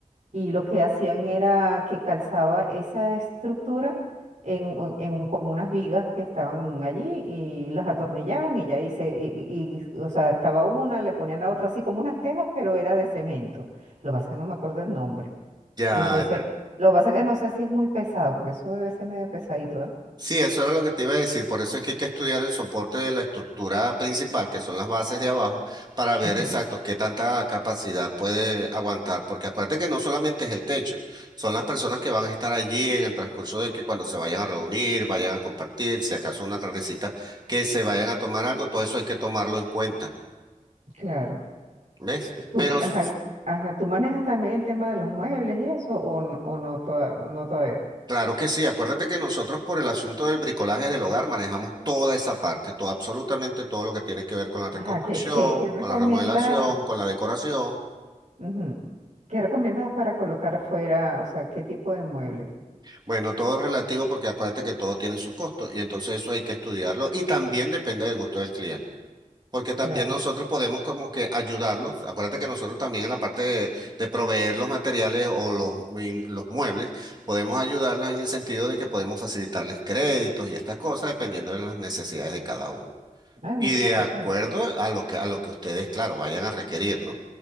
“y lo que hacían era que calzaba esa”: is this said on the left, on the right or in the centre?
Right